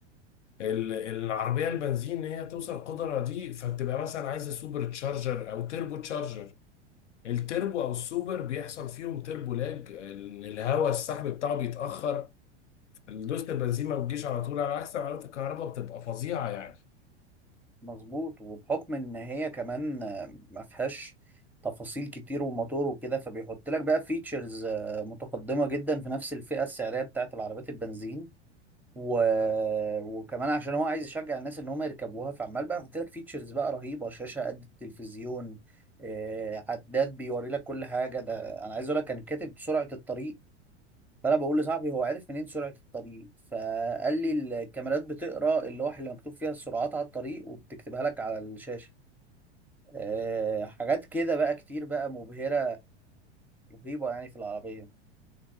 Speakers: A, on the left (about 85°); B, in the centre.
A: ال- العربية البنزين هي توصل القدرة دي فبتبقى مثلا عايزة سوبر تشارجر أو تربو تشارجر التربو أو السوبر بيحصل فيهم تربو لاج الهواء السحب بتاعه بيتأخر دوست البنزيمة والجيش على طول على عكس عربية الكهرباء بتبقى فظيعة يعني
B: مظبوط وبحكم ان هي كمان آه، ما فيهاش تفاصيل كتير وموتور وكده فبيحط لك بقى فيتشرز متقدمة جدا في نفس الفئة السعرية بتاعت العربيات البنزين و... وكمان عشان هو عايز يشجع الناس ان هم يركبوها فعمال بقى يحط لك فيتشرز بقى رهيبة شاشة قد التلفزيون آه، عداد بيوري لك كل حاجة ده انا عايز اقول لك كان كاتب سرعة الطريق فانا بقول لصاحبي هو عرف منين سرعه الطريق فقال لي الكاميرات بتقرا اللوحه اللي مكتوب فيها السرعات على الطريق وبتكتبها لك على الشاشه أه حاجات كده بقى كتير بقى مبهره رهيبه يعني في العربيه